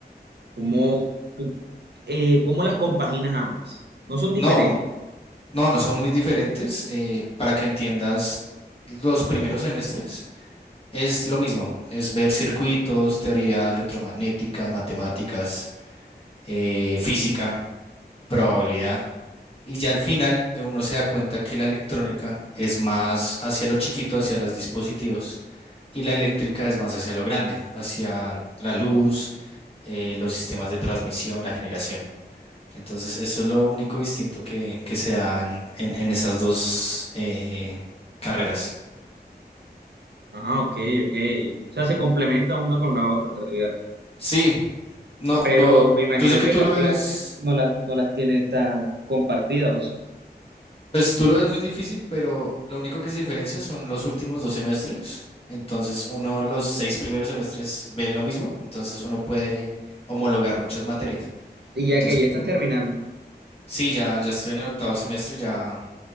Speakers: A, on the right; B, on the left.
A: ¿Cómo, cu- eh, cómo las compaginas ambas? No son diferentes.
B: No, no, no son muy diferentes. eh, para que entiendas los primeros semestres, es lo mismo, es ver circuitos, teoría electromagnética, matemáticas, eh, física. probabilidad. Y ya al final eh, uno se da cuenta que la electrónica es más hacia lo chiquito, hacia los dispositivos, y la eléctrica es más hacia lo grande, hacia la luz, eh, los sistemas de transmisión, la generación. Entonces, eso es lo único distinto que, que se dan en, en esas dos eh, carreras.
A: Ah, ok, ok. O sea, se complementan una con la otra en realidad.
B: Sí, no,
A: Pero
B: no,
A: me imagino
B: yo sé que
A: que
B: tú
A: las
B: lo ves.
A: clases no las, no las tienes tan compartidas, ¿o sí?
B: Pues tú lo ves muy difícil, pero lo único que se diferencia son los últimos dos semestres. Entonces, uno, los seis primeros semestres ve lo mismo, entonces uno puede homologar muchas materias.
A: Y ya
B: Entonces,
A: que ya estás terminando.
B: sí, ya, ya estoy en el octavo semestre, ya,